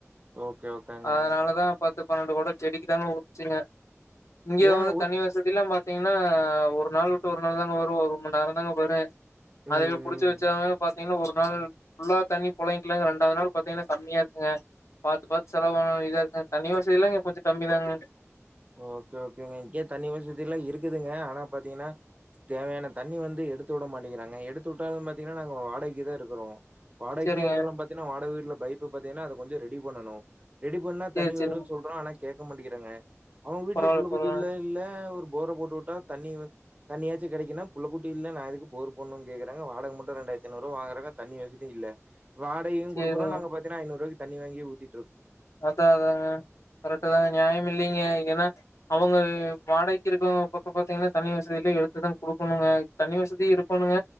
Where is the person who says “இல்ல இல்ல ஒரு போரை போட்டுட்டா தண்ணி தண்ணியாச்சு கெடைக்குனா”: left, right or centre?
Right